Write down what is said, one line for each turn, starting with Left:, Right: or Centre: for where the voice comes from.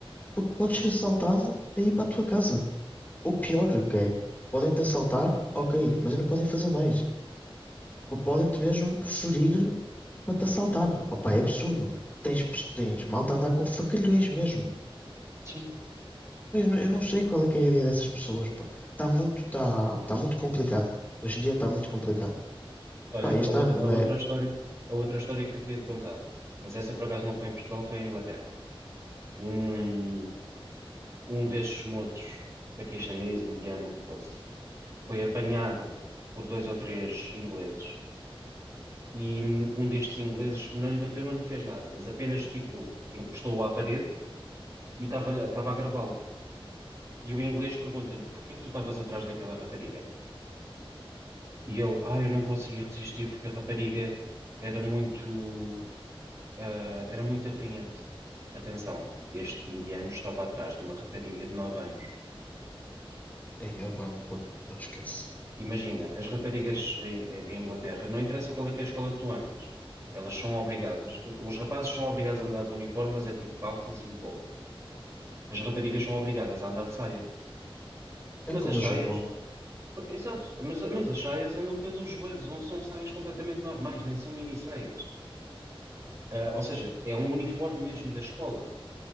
Left: porque podes ser assaltado a ir para a tua casa. Ou pior que é, podem-te assaltar, ok, mas não podem fazer mais. Ou podem-te mesmo ferir para te assaltar. Opa, é absurdo. Tens, pes- tens malta a andar com facalhões mesmo.
Right: sim.
Left: Pá, Eu não, eu não sei qual é que é a ideia dessas pessoas, pá. Está muito, está está muito complicado. Hoje em dia está muito complicado.
Right: Olha,
Left: Pá, este
Right: a outra,
Left: ano não
Right: a outra
Left: é.
Right: história, a outra história que eu tinha de contar, mas essa por acaso não foi em Portugal, foi em Inglaterra. Um, um destes moços, paquistanês, indiano, o que fosse, foi apanhado por dois ou três ingleses e hum, um destes ingleses não lhe bateu, não lhe fez nada, mas apenas tipo encostou-o à parede e estava-lhe- estava a gravá-lo. E o inglês pergunta-lhe: Porquê que tu estavas atrás daquela rapariga? E ele: Ah, eu não conseguia resistir porque a rapariga era muito, ah, era muito atraente. Atenção, este indiano estava atrás de uma rapariga de 9 anos.
Left: Ei, opa, não vou. Esquece.
Right: Imagina, as raparigas em, em Inglaterra, não interessa qual é que é a escola que tu andas, elas são obrigadas, os rapazes são obrigados a andar de uniforme, mas é tipo calças e um polo. As raparigas são obrigadas a andar de saia.
Left: É
Right: Mas
Left: como
Right: as saias
Left: o Japão.
Right: Exato, mas, mas as saias andam pelos joelhos, ou são saias completamente normais, nem são mini saias. Ah, ou seja, é um uniforme mesmo da escola.